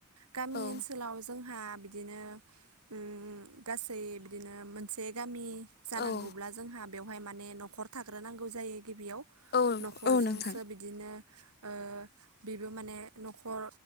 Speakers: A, on the right (about 80°); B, on the left (about 45°).
A: गामि
B: औ
A: ओनसोलाव जोंहा बिदिनो उम गासै बिदिनो मोनसे गामि जानांगौब्ला
B: औ
A: जोंहा बेवहाय माने न'खर थाग्रोनांगौ जायो। गिबियाव।
B: औ
A: न'खरजोंसो
B: औ नोंथां
A: बिदिनो ओ बेबो माने न'खर